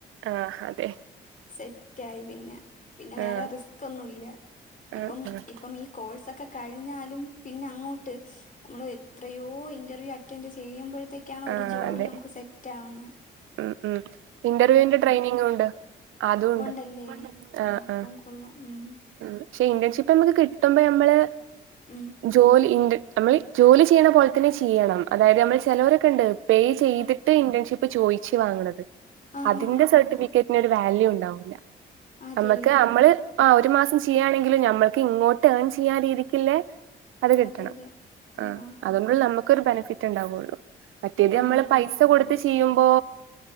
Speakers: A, on the right (about 75°); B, on the left (about 40°).
A: ആഹ് അതെ
B: സെറ്റായി പിന്നെ പിന്നെ വേറെ
A: ആഹ്
B: റിസ്കൊന്നും ഇല്ല ഇപ്പം
A: ആഹ് ആഹ്
B: ഇപ്പം ഈ കോഴ്സൊക്കെ കഴിഞ്ഞാലും പിന്നെ അങ്ങോട്ട് നമ്മള് എത്രയോ ഇന്റർവ്യൂ അറ്റൻഡ് ചെയ്യുമ്പഴത്തേക്കാണ് ഒരു
A: ആഹ്
B: ജോലി
A: അതെ
B: നമുക്ക് സെറ്റ് ആവുന്നെ
A: ഉം ഉം ഇന്റർവ്യൂന്റെ
B: ഉം
A: ട്രെയിനിംങ്ങൂണ്ട് അതൂണ്ട്
B: ഉണ്ടല്ലേ ആ
A: ആഹ്
B: അപ്പം
A: ആഹ്
B: കൊള്ളാം ഉം
A: ഉം പക്ഷെ ഇന്റേൺഷിപ്പ് അമ്മക്ക് കിട്ടുമ്പോ ഞമ്മള്
B: ഉം
A: ജോലി ഇൻ നമ്മള് ജോലി ചെയ്യണ പോലെ തന്നെ ചെയ്യണം അതായത് നമ്മള് ചെലവരൊക്കെണ്ട് പേ ചെയ്തിട്ട്
B: ആ
A: ഇന്റേൺഷിപ്പ് ചോയിച്ച് വാങ്ങണത്
B: ആ
A: അതിന്റെ
B: ആ ആ
A: സർട്ടിഫിക്കറ്റിന് ഒരു വാല്യൂ ഉണ്ടാവൂല്ല
B: അതെല്ലേ
A: നമ്മക്ക് നമ്മള് ആ ഒരു മാസം ചെയ്യാണെങ്കിലും ഞമ്മക്ക് ഇങ്ങോട്ട് ഏൺ ചെയ്യാൻ രീതിക്കില്ലെ അത് കിട്ടണം
B: അതെ അതെ ആ
A: ആഹ്
B: ആ
A: അതു കൊണ്ടല്ലേ നമുക്കൊരു ബനഫിറ്റ് ഇണ്ടാവൊള്ളൂ മറ്റേത്
B: ഓ
A: നമ്മള്
B: അതെല്ലേ
A: പൈസ കൊടുത്ത് ചെയ്യുമ്പോ